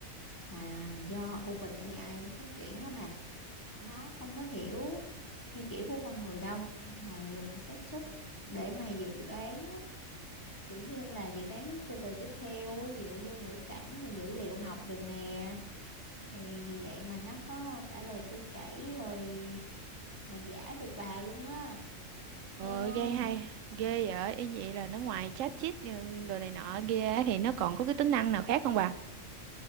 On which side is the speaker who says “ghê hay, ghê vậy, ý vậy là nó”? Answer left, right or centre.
Right